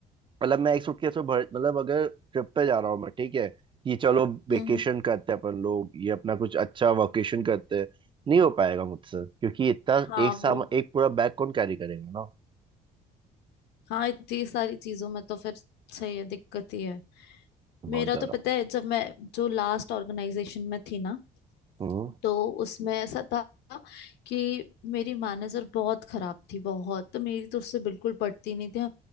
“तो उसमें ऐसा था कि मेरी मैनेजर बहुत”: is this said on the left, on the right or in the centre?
Left